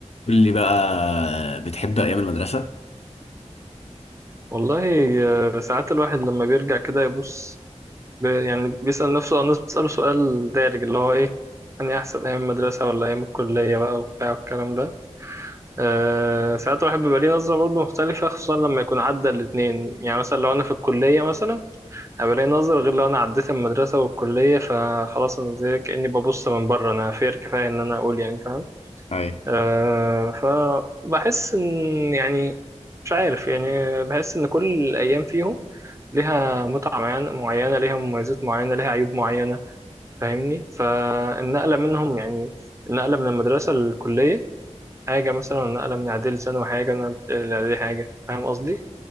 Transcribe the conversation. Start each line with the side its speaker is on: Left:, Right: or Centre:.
Left: قول لي بقى بتحب ايام المدرسه
Right: والله آه، ساعات الواحد لما بيرجع كده يبص ب- يعني بيسأل نفسه أو الناس بتسأله سؤال دارج اللي هو إيه أني أحسن أيام المدرسة ولا أيام الكلية بقى وبتاع والكلام ده أه ساعات الواحد بيبقى ليه نظرة برضه مختلفة خصوصا لما يكون عدى الاتنين يعني مثلا لو أنا في الكلية مثلا هيبقى لي نظرة غير لو أنا عديت المدرسة والكلية فخلاص أنا زي كأني ببص من بره أنا فير كفاية إن أنا أقول يعني فاهم
Left: اي
Right: أه فبحس إن يعني مش عارف يعني بحس إن كل الأيام فيهم ليها متعة معينة معينة، ليها مميزات معينة ليها عيوب معينة فاهمني فالنقلة منهم يعني النقلة من المدرسة للكلية حاجة مثلا النقلة من إعدادي لثانوي حاجة والنقلة من إعدادي حاجة فاهم قصدي؟